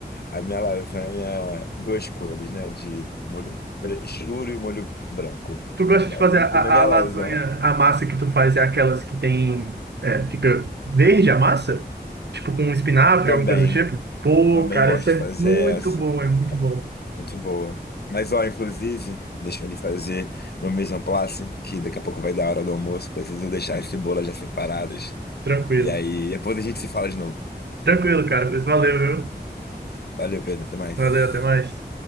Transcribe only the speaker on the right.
Tu gosta
de
fazer a,
a lasanha,
a massa que tu faz é aquelas que tem, é, fica verde a massa? Tipo com espinafre,
alguma coisa do tipo? Pô,
cara,
isso é
muito
bom, é muito bom.
Tranquilo.
Tranquilo, cara, pois valeu, viu?
Valeu, até mais.